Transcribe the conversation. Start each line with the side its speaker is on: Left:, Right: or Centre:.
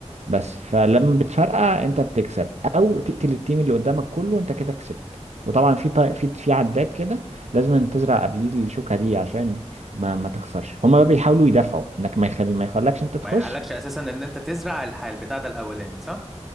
Right: بس فلما بتفرقع انت بتكسب او تقتل التيم اللي قدامك كله انت كده كسبت وطبعا في طي... في في عداد كده لازم تزرع قبليه الشوكه دي عشان ما ما تخسرش فهم بقى بيحاولوا يدافعوا انك ما يخل... ما يخلكش انت تخش
Centre: ما يحلكش اساسا ان انت تزرع الح- البتاع ده الاولاني صح